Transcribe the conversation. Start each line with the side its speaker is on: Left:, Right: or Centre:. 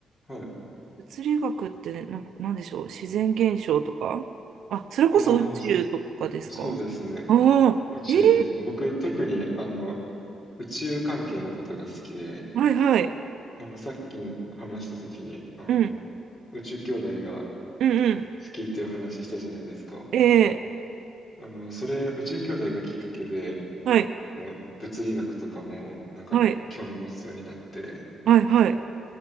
Left: はい。
Right: 物理学ってなんか、なんでしょう、自然現象とかあ、それこそ宇宙とかですか
Left: ああまあ、そそうですね。
Right: ああ、
Left: 宇宙です。
Right: えー、
Left: 僕、特に、あの、宇宙関係のことが好きで、
Right: はいはい。
Left: あの、さっき話した時に、あの、
Right: うん、
Left: 宇宙兄弟が
Right: うんうん。
Left: 好きっていう話したじゃないですか。
Right: え
Left: あの、それ、宇宙兄弟がきっかけで、
Right: ーはい、
Left: あの、物理学とかも、なんか、
Right: はい、
Left: 興味持つようになって、
Right: はい、はい、